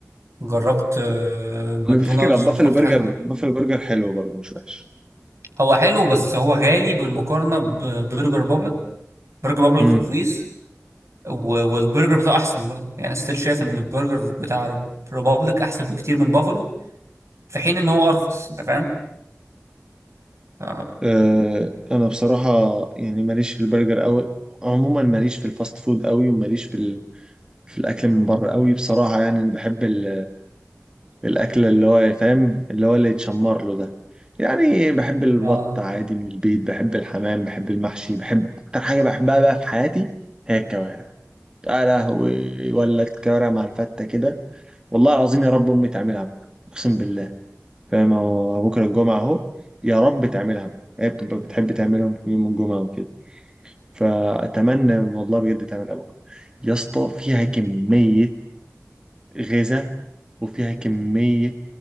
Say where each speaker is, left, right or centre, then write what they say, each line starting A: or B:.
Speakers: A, on the right (about 65°); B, on the right (about 15°).
A: جربت آه، ماكدونالدز
B: انا بفكر بافلو
A: وجربت
B: برجر
A: حاجات كتير.
B: بافلو برجر حلو برضه مش وحش
A: هو حلو بس هو غالي بالمقارنه ببرجر بابليك برجر بابليك
B: امم
A: رخيص و- والبرجر بتاعه احسن برضه يعني ستيل شايف ان البرجر بتاع ريبابليك احسن بكتير من بافالو في حين ان هو ارخص انت فاهم ف...
B: آه انا بصراحه يعني ماليش في البرجر قوي عموما ماليش في الفاست فود قوي وماليش في ال... في الاكل من بره قوي بصراحه يعني انا بحب ال... الأكل اللي هو فاهم اللي هو اللي يتشمر له ده يعني بحب البط
A: اه
B: عادي من البيت بحب الحمام بحب المحشي بحب أكتر حاجة بحبها بقى في حياتي هي الكوارع يا لهوي ولا الكوارع مع الفتة كده والله العظيم يا رب أمي تعملها بكرة أقسم بالله فاهم هو بكرة الجمعة أهو يا رب تعملها بكرة. هي بتبقى بتحب تعملهم يوم الجمعة وكده فأتمنى والله بجد تعملها بكرة يا اسطى فيها كمية غذاء وفيها كمية